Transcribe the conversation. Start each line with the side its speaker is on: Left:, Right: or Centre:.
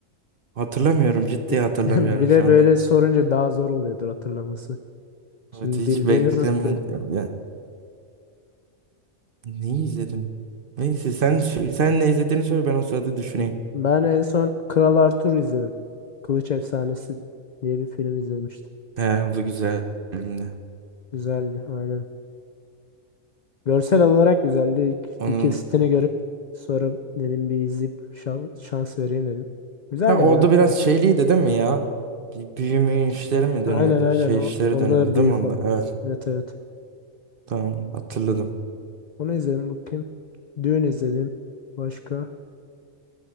Right: Hatırlamıyorum ciddi
Left: Bir,
Right: hatırlamıyorum
Left: <laughs> bir
Right: şu
Left: de
Right: anda.
Left: böyle sorunca daha zor oluyordur hatırlaması. Şimdi
Right: Evet hiç
Left: bildiğini
Right: beklemedim.
Left: unutturuyor.
Right: Neyi izledim? Neyse sen sö- sen ne izlediğini söyle ben o sırada düşüneyim.
Left: Ben en son Kral Arthur izledim. Kılıç Efsanesi diye bir film izlemiştim.
Right: He, bu güzel filmdi.
Left: Güzeldi aynen. Görsel olarak güzeldi. İlk
Right: Onu
Left: bir kesitini görüp sonra dedim bir izleyip şa- şans vereyim dedim. Güzel
Right: ya orada
Left: yani akıcı.
Right: biraz şeyliydi değil mi ya? Bir büyüme işleri mi dönüyordu?
Left: Aynen aynen
Right: Şey
Left: O-
Right: işleri
Left: orada
Right: dönüyordu
Left: da
Right: değil
Left: büyü
Right: mi
Left: falan.
Right: onda? Evet
Left: Evet evet.
Right: tamam hatırladım.
Left: Onu izledim bakayım. Düğün izledim. Başka?